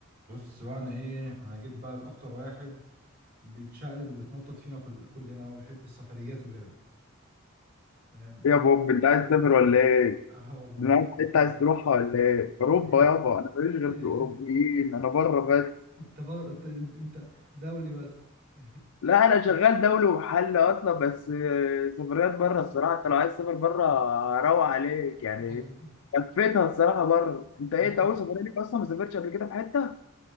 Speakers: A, on the right; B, on the left.
A: بص بقى انا ايه انا جيت بقى لاكتر واحد بيتشقلب وبيتنطط فينا كل كلنا وبيحب السفريات وكده فاهم
B: إيه
A: انا
B: يا بوب انت عايز تسافر ولا ايه؟
A: اه والله
B: دماغك
A: بفكر
B: انت
A: كده
B: عايز تروحها ولا ايه؟ اوروبا
A: <laughs>
B: يابا انا ماليش غير
A: أي-
B: في الاوروبيين انا بره بس
A: انت بقى انت انت أنت دولي بس <laughs>
B: لا انا شغال دولي ومحل اصلا بس آه، سفريات بره الصراحه انت لو عايز تسافر بره روق عليك يعني
A: والله
B: لفيتها الصراحه بره انت ايه
A: انا
B: انت
A: كده
B: اول سفريه ليك اصلا ما سافرتش قبل كده في حته؟